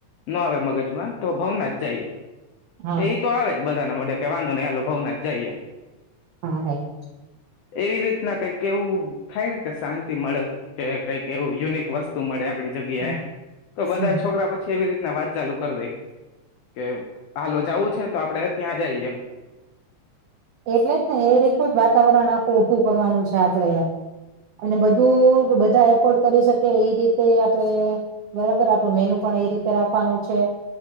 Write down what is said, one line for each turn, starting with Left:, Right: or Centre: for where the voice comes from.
Left: ન આવે મગજમાં તો ભઉાવ ના જ જઈએ
Right: હા
Left: એ તો આવે જ બધાના માટે કે વાંધો નહી આાલો ભાવ ના જઈએ
Right: હા રાઈટ
Left: એવી રીતના કંઈક એવું થાય ને કે શાંતિ મળે કે કઈક એવું યુનિક વસ્તુ મળે આપડી જગ્યા
Right: હમ
Left: તો બધા
Right: હમ
Left: છોકરા પછી રીતના અવાજ ચાલુ કરી દે. કે હાલ જાવું છે. તો આપણેે ત્યાં જઈએ.
Right: એટલે જ ને એ રીતનું જ વાતાવરણ આખું ભું કરવાનું છે આપડે અને બધું બધા એફોર્ડ કરી શકીએ એ રીતે આપડે બરાબર આપણું મેનુ પણ એ રીતે રાખવાનું છે.